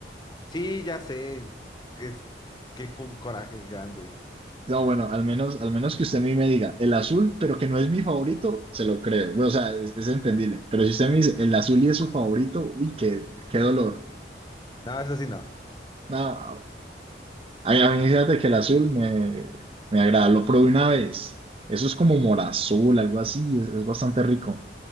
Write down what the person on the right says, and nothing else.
No, bueno, al menos, al menos que usted a mí me diga el azul, pero que no es mi favorito, se lo creo. Bueno, o sea, es, es entendible. Pero si usted me dice el azul y es su favorito, uy, qué, qué dolor.
No, A mí, a mí fíjate que el azul me, me agrada. Lo probé una vez. Eso es como morazul, algo así. Es, es bastante rico.